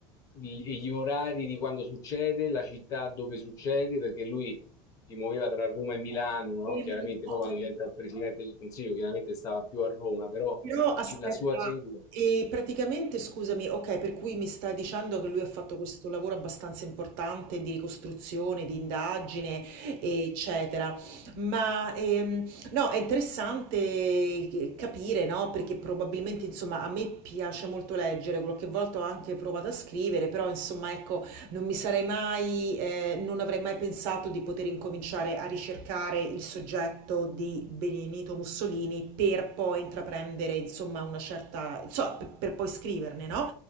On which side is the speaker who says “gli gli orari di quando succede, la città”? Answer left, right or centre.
Left